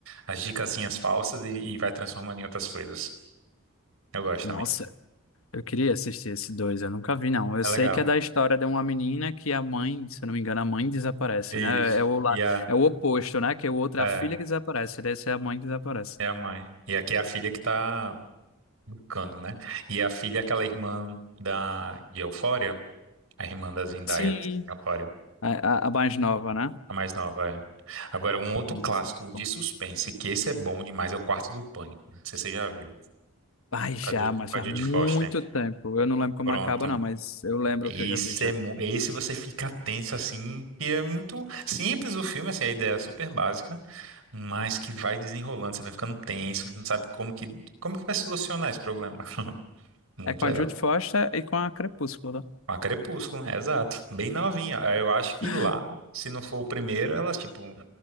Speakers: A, on the right (about 75°); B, on the left (about 75°).
A: as dicasinhas falsas e, e vai transformando em outras coisas. Eu gosto
B: Nossa,
A: também.
B: eu queria assistir esse dois, eu nunca vi, não. Eu
A: É
B: sei
A: legal.
B: que é da história de uma menina que a mãe, se eu não me engano, a mãe desaparece,
A: Isso.
B: né? É o, lá,
A: E a,
B: é o oposto, né? Que o outro
A: é,
B: é a filha que desaparece, desse é a mãe que desaparece.
A: é a mãe. E aqui é a filha que tá buscando, né? E a filha é aquela irmã da, de Euphoria, a irmã da Zendaya,
B: Sim.
A: Euphoria,
B: A, a, a mais nova, né?
A: a mais nova, é. Agora, um outro
B: Nossa,
A: clássico
B: muito
A: de
B: bom.
A: suspense, que esse é bom demais, é o Quarto do Pânico. Não sei se você já viu.
B: Ai, já,
A: Com a Ju-
B: mas
A: com
B: faz
A: a Judy
B: muito
A: Foster.
B: tempo. Eu não lembro como
A: Pronto.
B: acaba, não, mas eu lembro
A: Esse,
B: que eu já vi já.
A: é, mu- esse você fica tenso, assim, e é muito simples o filme, assim, a ideia é super básica, Mas que vai desenrolando, você vai ficando tenso, não sabe como que, como que vai solucionar esse problema. <laughs> Muito
B: É com a
A: legal.
B: Jude Foster e com a Crepúsculo,
A: A Crepúsculo, é exato. Bem novinha. Eu acho que
B: né?
A: lá, se não for o primeiro, ela, tipo,